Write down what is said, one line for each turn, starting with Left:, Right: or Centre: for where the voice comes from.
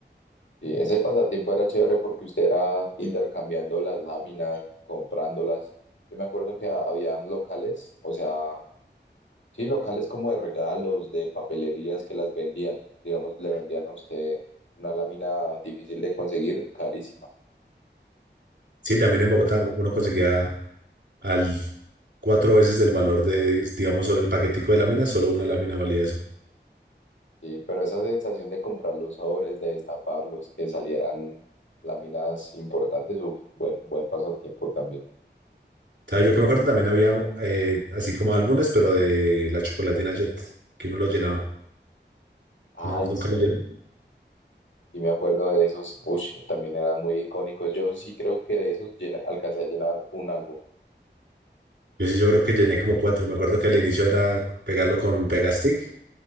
Left: Sí, ese pasatiempo era chévere porque usted era intercambiando las láminas, comprándolas. Yo me acuerdo que habían locales, o sea, Sí, locales como de regalos, de papelerías que las vendían. Digamos, le vendían a usted una lámina difícil de conseguir, carísima.
Right: Sí, también en Bogotá uno conseguía al cuatro veces del valor de, digamos, solo el paquetico de láminas, solo una lámina valía eso.
Left: Sí, pero esa sensación de comprar los sobres, de destaparlos, que salieran láminas importantes, uf, buen, buen pasatiempo también.
Right: ¿Sabes? Yo que me acuerdo también había eh, así como álbumes, pero de la Chocolatina Jet, que uno lo llenaba.
Left: Ay,
Right: No, ¿vos nunca
Left: sí,
Right: lo llené.
Left: y me acuerdo de esos, ush, también eran muy icónicos. Yo sí creo que de esos llena- alcancé a llenar un álbum.
Right: Yo sí, yo creo que llené como cuatro. Me acuerdo que al inicio era pegarlo con Pegastick,